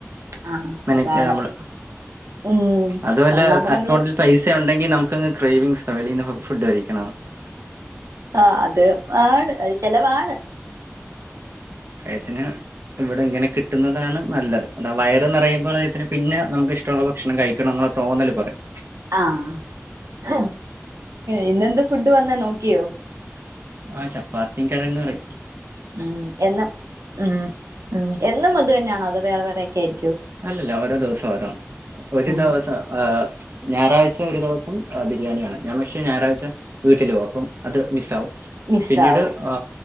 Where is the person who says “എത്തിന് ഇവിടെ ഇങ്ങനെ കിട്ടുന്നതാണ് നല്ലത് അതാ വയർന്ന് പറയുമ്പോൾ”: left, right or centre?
Right